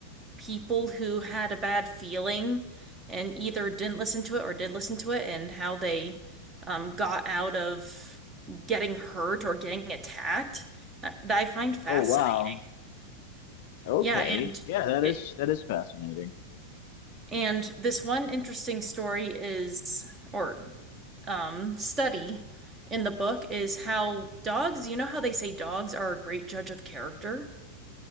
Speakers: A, on the right (about 20°); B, on the left (about 50°).
A: people who had a bad feeling and either didn't listen to it or did listen to it and how they um, got out of getting hurt or getting attacked that that I find fascinating.
B: Oh wow. Okay.
A: Yeah, and
B: Yeah, that
A: it,
B: is that is fascinating.
A: and this one interesting story is or um, study in the book is how dogs, you know how they say dogs are a great judge of character?